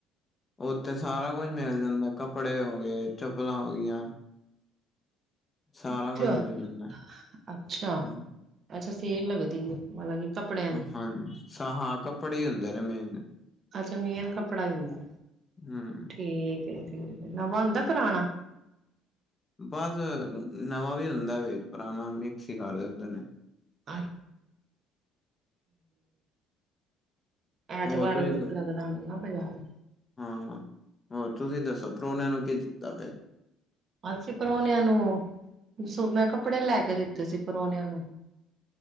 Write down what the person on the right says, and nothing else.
ਅੱਛਾ-
ਅੱਛਾ,
ਅੱਛਾ ਸੇਲ ਲੱਗਦੀ ਏ ਮਤਲਬ ਕਿ ਕੱਪੜੇ
ਅੱਛਾ ਮੇਨ ਕੱਪੜਾ ਈ ਹੁੰਦੈ,
ਠੀਕ ਏ ਠੀਕ ਏ, ਨਵਾ ਹੁੰਦੈ ਪੁਰਾਣਾ?
ਅ <unintelligible> ਐਤਵਾਰ
ਲਗ <unintelligible> ਬਜਾਰ।
ਅਸੀਂ ਪ੍ਰੋਨਿਆਂ ਨੂੰ ਸੁੱਖ ਨਾਲ ਕੱਪੜੇ ਲੈ ਕੇ ਦਿੱਤੇ ਸੀ ਪ੍ਰੋਨਿਆਂ ਨੂੰ।